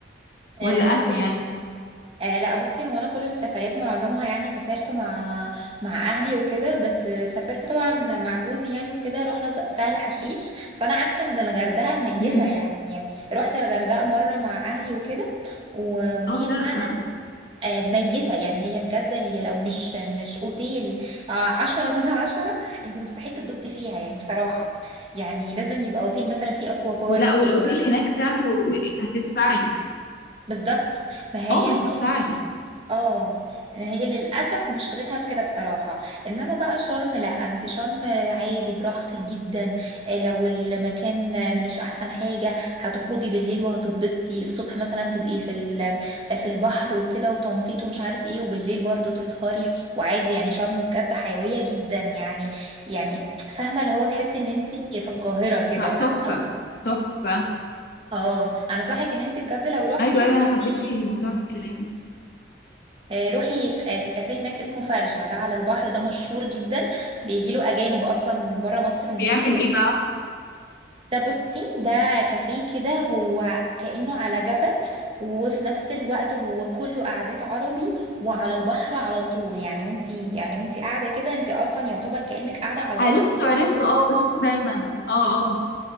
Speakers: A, on the right (about 30°); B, on the left (about 55°).
A: آه،
B: ولا
A: لا
B: اهلي
A: بص
B: يعني
A: آه لا بصي هو انا كل السفريات معظمها يعني سافرت مع مع اهلي وكده بس سافرت طبعا مع جوزي يعني وكده رحنا س- سهل حشيش فانا عارفه ان الغردقه ميته
B: مم.
A: يعني رحت الغردقه مره مع اهلي وكده و- وهي
B: اه
A: فعلا
B: لا آه،
A: آه، ميته يعني هي بجد هي لو مش مش اوتيل آه، عشرة من <laughs> عشرة انت مستحيل تتبسطي فيها يعني بصراحه يعني لازم يبقى اوتيل مثلا فيه اكوا بارك
B: ولا والاوتيل
A: و-
B: هناك سعره هتدفعي
A: بالظبط ما هي
B: اه هتدفعي
A: هناك اه هي للأسف مشكلتها في كده بصراحة انما بقى شرم لا انت شرم عادي براحتك جدا آه، لو المكان مش احسن حاجة هتخرجي بالليل وهتتبسطي الصبح مثلا تبقي في ال- في البحر وكده وتنطيط ومش عارف ايه وبالليل برضو تسهري وعادي يعني شرم بجد حيوية جدا يعني يعني فاهمة اللي هو تحسي ان انت في القاهرة كده
B: لا
A: فاهمة
B: تحفة تحفة
A: اه انا صحك ان انت بجد لو روحتي
B: ايوه ايوه
A: تروحي
B: انا حبيت الموضوع من كلامك
A: آه، روحي في آه، في كافيه هناك اسمه فرشة ده على البحر ده مشهور جدا بيجيله أجانب أصلا من برا مصر من
B: بيعمل
A: كتر ما
B: ايه بقى
A: ده بصي ده كافيه كده هو كأنه على جبل وفي نفس الوقت هو كله قعدات عربي وعلى البحر على طول يعني وانتي يعني وانتي قاعدة كده انتي أصلا يعتبر كأنك قاعدة على
B: عرفته
A: رمل
B: عرفته اه بشوفه دايما اه اه